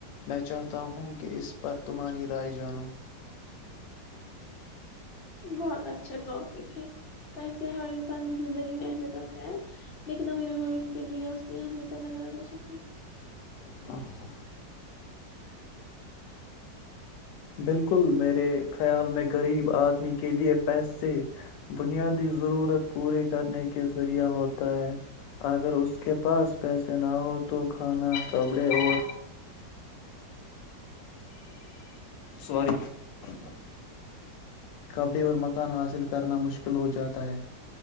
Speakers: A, on the left (about 85°); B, on the left (about 45°).
A: میں چاہتا ہوں کہ اس پر تمہاری رائے جانو
B: بہت اچھا ٹاپک ہے پیسے ہر انسان کی زندگی میں اہمیت رکھتا ہے لیکن امیر غریب کے لیے اس کی اہمیت الگ الگ ہو سکتی ہے
A: <inaudible> بالکل میرے خیال میں غریب آدمی کے لیے پیسے بنیادی ضرورت پورے کرنے کے ذریعہ ہوتا ہے اگر اس کے پاس پیسے نہ ہوں تو کھانا کپڑے اور سوری <unintelligible> کپڈی اور مکان حاصل کرنا مشکل ہو جاتا ہے